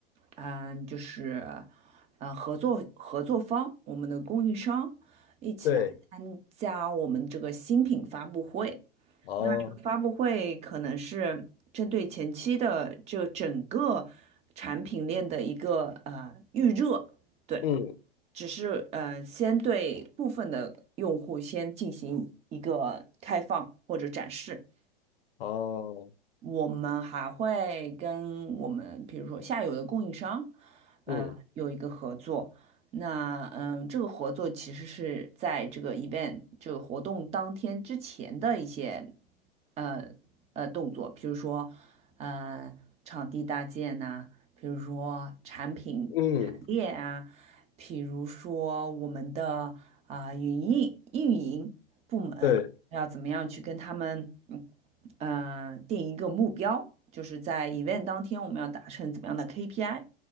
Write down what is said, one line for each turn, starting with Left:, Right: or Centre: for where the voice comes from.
Right: 嗯、呃就是呃合作合作方，我们的供应商一起来参加我们这个新品发布会。
Left: 对，哦，
Right: 那这个发布会可能是针对前期的这整个产品链的一个呃预热，对，
Left: 嗯
Right: 只是呃先对部分的用户先进行一个开放或者展示。
Left: 哦，
Right: 我们还会跟我们，比如说下游的供应商，嗯、
Left: 嗯
Right: 有一个合作。那嗯、这个合作其实是在这个 event 这个活动当天之前的一些呃呃动作，比如说呃场地搭建呐、比如说产品陈列啊，
Left: 嗯，
Right: 比如说我们的啊、运营运营。部门。
Left: 对，
Right: 要怎么样去跟他们，嗯，呃定一个目标，就是在 event 当天我们要达成怎么样的 KPI，